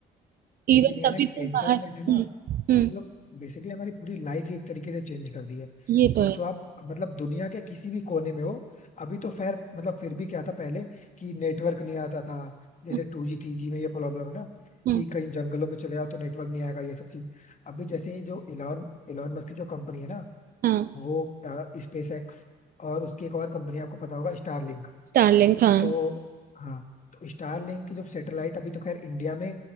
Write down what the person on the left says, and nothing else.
लेकिन ये
है ना कि
इंटरनेट
है ना
मतलब बेसिकली हमारी पूरी लाइफ ही एक तरीके से चेंज कर दी है
सोचो
आप मतलब दुनिया के किसी भी कोने में हो अभी तो खैर मतलब फिर भी क्या था पहले कि नेटवर्क नहीं आता था जैसे
टू जी थ्री जी में ये प्रॉब्लम है ना
कि कहीं जंगलों में चले जाओ तो नेटवर्क नहीं आएगा ये सब चीज अभी जैसे ये जो एलॉन एलॉन मस्क की जो कंपनी है ना
वो स्पेस एक्स और उसकी एक और कंपनी आपको पता होगा स्टारलिंक
तो हाँ तो स्टारलिंक की जो सैटेलाइट अभी तो खैर इंडिया में